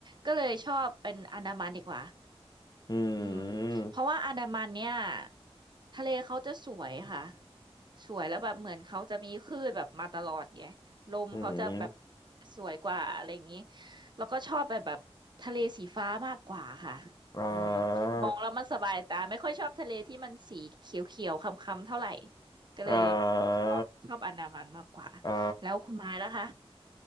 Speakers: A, on the right (about 45°); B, on the left (about 40°).
A: ก็เลยชอบเป็นอันดามันดีกว่า
B: อื
A: อืมเพราะว่าอันดามันเนี่ย
B: ม
A: ทะเลเขาจะสวยค่ะสวยแล้วแบบเหมือนเขาจะมีคลื่นแบบมาตลอดไงลมเขาจะแบบ
B: อืม
A: สวยกว่าอะไรอย่างนี้แล้วก็ชอบแบบแบบทะเลสีฟ้ามากกว่าค่ะ
B: อ่า
A: อืมมองแล้วมันสบายตาไม่ค่อยชอบทะเลที่มันสีเขียวๆคล้ำๆเท่าไหร่ก็เลย
B: อ่า
A: ชอบชอบอันดามันมากกว่า
B: อ่า
A: แล้วคุณไม้ล่ะคะ